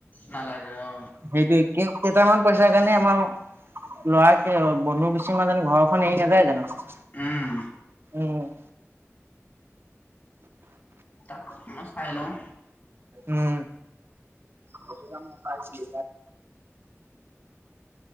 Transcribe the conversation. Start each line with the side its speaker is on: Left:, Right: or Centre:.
Left: নালাগে অ
Right: সেইটোয়ে কেইটামান পইচা কাৰণে আমাৰ লৰাৰাকে বন্ধু কিছি ম জানো ঘৰখন এৰি নাযায় জানো
Left: উম
Right: উ।
Left: ত মই চাই লওঁ
Right: উম টো য মই কাইছিল